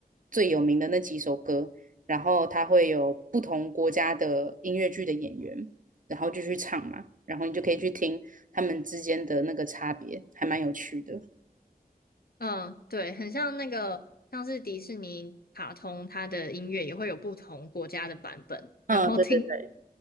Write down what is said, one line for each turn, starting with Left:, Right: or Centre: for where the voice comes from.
Right: 最有名的那几首歌，然后它会有不同国家的音乐剧的演员，然后就去唱嘛，然后你就可以去听他们之间的那个差别，还蛮有趣的。
Left: 嗯，对，很像那个，像是迪士尼卡通，它的音乐也会有不同国家的版本，
Right: 嗯，
Left: 然后听
Right: 对对对